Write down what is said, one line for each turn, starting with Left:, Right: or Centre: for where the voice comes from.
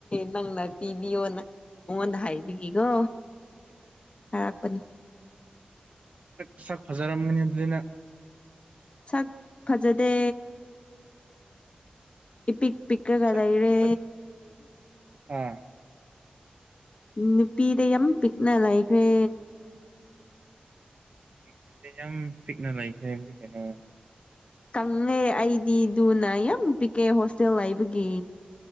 Left: ꯅꯪꯅ ꯄꯤ ꯌꯣꯅ ꯃꯉꯣꯟꯗ ꯍꯥꯏꯕꯤꯈꯤꯀꯣ ꯍꯥꯏꯔꯛꯄꯅꯤ
Right: ꯁ ꯁꯛ ꯐꯖꯔꯝꯒꯅꯤ ꯑꯗꯨꯗꯅ
Left: ꯁꯛ ꯐꯖꯗꯦ ꯏ ꯄꯤꯛ ꯄꯤꯛ꯭ꯔ ꯀꯗꯥ
Right: ꯁꯛ
Left: ꯏꯔꯦ
Right: ꯁꯛ ꯑꯥ
Left: ꯅꯨꯄꯤꯗ ꯌꯥꯝ ꯄꯤꯛꯅ ꯂꯩꯈ꯭ꯔꯦ
Right: ꯅꯨꯄꯤꯁꯦ ꯌꯥꯝ ꯄꯤꯛꯅ ꯂꯩꯈ꯭ꯔꯦ ꯍꯥꯏꯗꯤ ꯀꯩꯅꯣ
Left: ꯀꯪꯉꯦ ꯑꯩꯗꯤ ꯅ ꯌꯥꯝ ꯄꯤꯛꯀꯦ ꯍꯣꯁꯇꯦꯜ ꯍꯥꯏꯕꯒꯤ